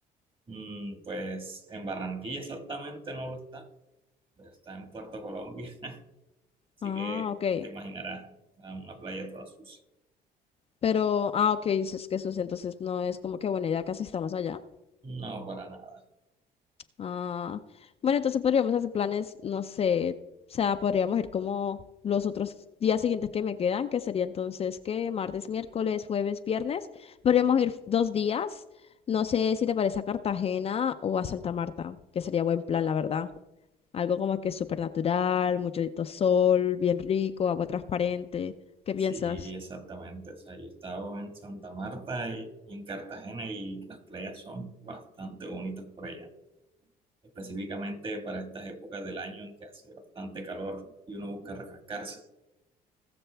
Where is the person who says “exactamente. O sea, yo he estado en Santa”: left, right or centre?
Right